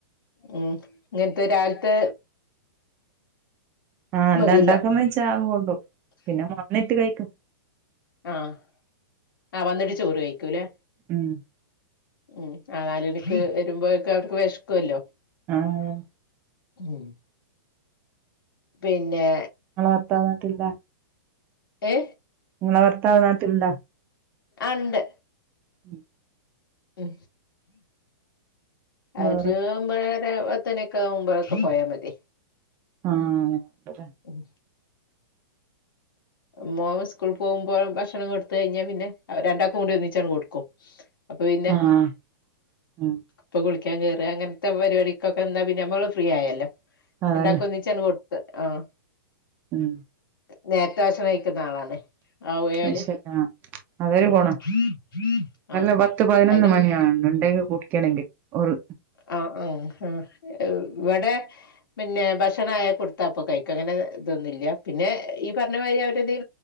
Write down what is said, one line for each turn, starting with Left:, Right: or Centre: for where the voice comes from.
Left: ഉം ഇങ്ങൻത്തെ രാവിലത്തെ
Right: ആഹ് എന്താ
Left: മതിയല്ലോ
Right: ഉണ്ടാക്ക്ന്നേച്ചാ അങ്ങ്കൊണ്ടോവും പിന്നെ വന്നിട്ട് കഴിക്കും
Left: ആഹ് ആഹ് വന്നിട്ട് ചോറ് കഴിക്കൂല്ലേ?
Right: ഉം
Left: ഉം ആഹ് നാലണിക്ക് വരുമ്പോഴക്ക് അവര്ക്ക് വെശക്കുല്ലോ?
Right: ആഹ്
Left: ഉം പിന്നെ
Right: ങ്ങളെ വർത്തനത്തുല്ല
Left: ഏ
Right: നിങ്ങളെ ഭർത്താവ് നാട്ടിൽണ്ടാ?
Left: ആഹ് ണ്ട്.
Right: ഉം
Left: എ ഒരൂബേര
Right: വേറെ
Left: പത്തണിക്കെ ആവുമ്പൊക്കെ പോയാ മതി.
Right: ആഹ് അങ്ങന ണ്ട്ല്ലെ
Left: ഉം ഉം മോ സ്കൂൾ പോവുമ്പോ ഭക്ഷണം കൊടുത്ത് കഴിഞ്ഞാ പിന്നെ രണ്ടാക്കുംകൂടി ഒന്നിച്ചാണ്ട് കൊടുക്കും. അപ്പൊ പിന്നെ
Right: ആഹ് ഉം
Left: പ്പൊ കുളിക്കാൻ കേറ അങ്ങൻത്തെ പരിപാടിക്കൊക്കൊ ന്നാ പിന്നെ അമ്മള് ഫ്രീ ആയല്ലോ
Right: അതന്നെ
Left: രണ്ടാക്ക് ഒന്നി ച്ചണ്ട് കൊട്ത്ത് ആഹ്.
Right: ഉം
Left: നേരത്തെ ആശ്രയിക്ക്ന്ന ആളാണ്. ആവയാല്
Right: അശല്ല അവര്
Left: ആഹ്
Right: പോണ നല്ല പത്ത് പതിനൊന്ന്
Left: അയിന്
Right: മണിയാണ ഉണ്ടെങ്കിൽ കുടിക്കണെങ്കിൽ ഒര്
Left: ആ ആഹ് ആഹ് ഇവിടെ പിന്നെ ഭക്ഷണായ കുടുത്തപ്പൊ കൈക്ക അങ്ങനെ ഇതൊന്നുല്ല പിന്നെ ഈ പറഞ്ഞവതിരി അവരെദെയി